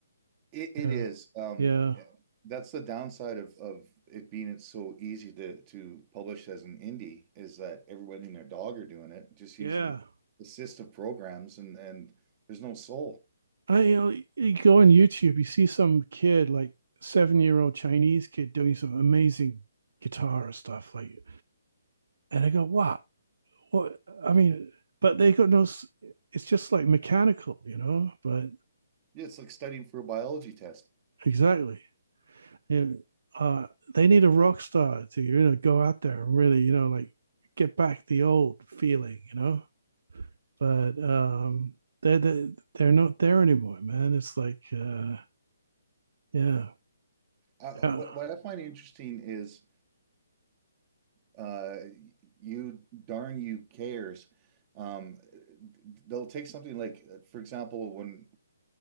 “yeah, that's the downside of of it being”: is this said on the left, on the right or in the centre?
Right